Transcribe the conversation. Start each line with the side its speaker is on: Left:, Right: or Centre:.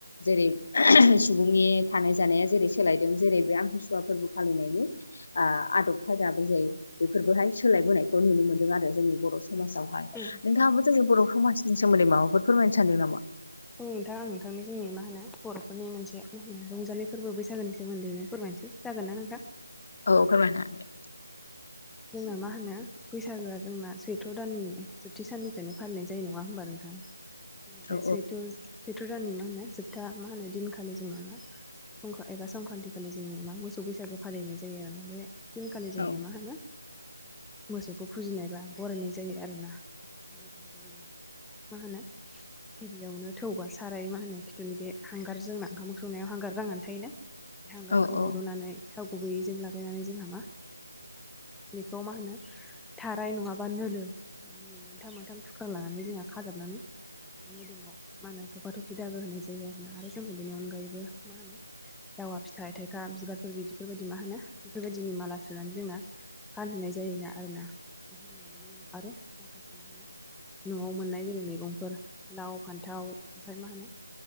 Left: जेरै सुबुंनि थानाय जानाया जेरै सोलायदों जेरै बे आमत्रिसुवा फोरबो फालिनायनि ओ आदब खायदाबो जाय बेफोरबोहाय सोलायबोनायखौ नुनो मोन्दों आरो। जोंनि बर' समाजावहाय
Centre: औ
Left: नोंथाङाबो जोंनि बर' समाजनि सोमोन्दै माबाफोर फोरमायनो सानदों नामा?
Centre: औ नोंथां आं नोंथांनो जोंनि मा होनो बर'फोरनि मोनसे मा होनो रंजालि फोरबो बैसागोनि सोमोन्दैनो फोरमायनोसै। जागोन ना नोंथां?
Left: औ फोरमायनो हागोन दे।
Centre: जोंना मा होनो? बैसागोआ जोंना सैथ्र' दाननि जोबथि साननिफ्रायनो फालिनाय जायो नङा होनोमबा नोंथां? जोंना बे
Left: औ
Centre: सैथ' सैथ' राननि मा होनो जोबथा मा होनो दिनखालि जोंना मा संख्रा एबा संक्रान्ति खालि जोंनिया मा मोसौ बैसागो फालिनाय जायो आरोोना बे दिनखालि जोंनिया
Left: औ
Centre: मा होनो? मोसौखौ फुजिनायबा बरायनाय जायो आरोना बेबायदिनो जोंनिया मा होनो गिबियावनो थौबा साराय मा होनो खिथुनि बे हांगार जोंना ओंखाम संनायाव हांगार नांनानै थायो ना बे हांगारखौ
Left: औ
Centre: हल'नानै
Left: औ
Centre: थाव गुबैयैजों लागायनानै जोंहा मा बेखौ मा होनो थाराय नङाबा नोलो नि मोनथाम मोनथाम थुख्रा लानानै जोंहा खाजाबनानै मोदोमाव मा होनो थफा-थफा दाबो होनाय जायो आरोना आरो जों बेनि अनगायैबो मा होनो दावा फिथाइ थाइखा बिबारफोर बिदिफोरबायदि मा होनो बेफोरबायदिनि माला सुनानै जोंना गानहोनाय जायो आरोना ओमफ्राय जोंना बेनि उनाव आरो माखासे मा न'आव मोननाय जेरै मैगंफोर लाव फान्थाव ओमफ्राय मा होनो